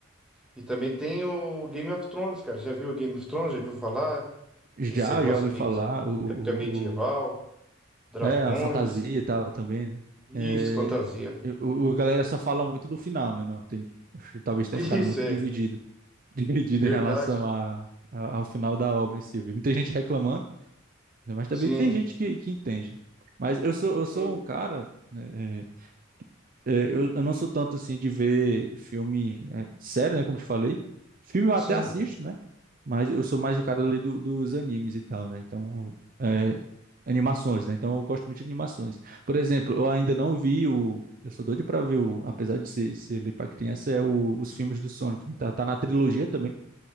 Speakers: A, in the centre; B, on the right.
A: E também tem o Game of Thrones, cara. Já viu o Game of Thrones? Já viu falar? Não
B: Já,
A: sei se você gosta
B: já ouvi
A: meio
B: falar.
A: assim,
B: O,
A: época medieval,
B: o,
A: dragões.
B: É, a fantasia e tal também, né?
A: Isso,
B: É,
A: fantasia.
B: eu- o, a galera só fala muito do final, né? Não, tem, acho que talvez tenha
A: <laughs>
B: ficado
A: Isso
B: muito
A: é
B: dividido, <laughs> dividido
A: verdade.
B: em relação a, a- ao final da obra em si. Eu vi Muita gente reclamando, né? mas também
A: Sim,
B: tem gente que, que entende. né? Mas eu sou, eu sou
A: sim,
B: um cara, né? é, é, eu, eu não sou tanto assim de ver filme, é, sério, né? Como eu te falei. Filme eu até
A: sim.
B: assisto, né? Mas eu sou mais o cara ali do- dos animes e tal, né? Então, é, animações, né? Então eu gosto muito de animações. Por exemplo, eu ainda não vi o. Eu sou doido pra ver o. Apesar de ser, ser ali pra criança, é o- os filmes do Sonic, né? Tá, tá na trilogia também,